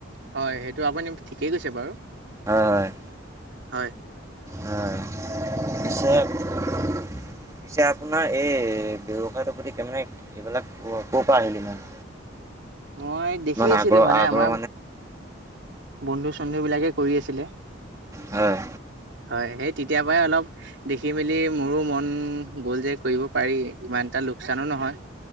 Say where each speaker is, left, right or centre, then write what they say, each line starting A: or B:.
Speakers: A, on the right; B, on the right.
A: হয় সেইটো আপুনি ঠিকেই কৈছে বাৰু
B: হয়
A: হয়৷
B: হয় পিছে-পিছে আপ আপোনাৰ এই ব্যৱসায়টোৰ প্ৰতি কে মমানে এইবিলাক ক'ৰ পৰা আহিল ইমান?
A: মই দেখি
B: ইমান
A: আছিলো
B: আগ্ৰহ
A: মানে
B: আগ্ৰহ
A: আমাৰ বন্ধু চন্ধু বিলাকে কৰি আছিল ছিলে
B: হয়
A: হয় সেই তেতিয়াৰ পৰাই অলপ দেখি মেলি মোৰো মন গ'ল যে কৰিব পাৰি ইমান এটা লোকচানো ন নহয়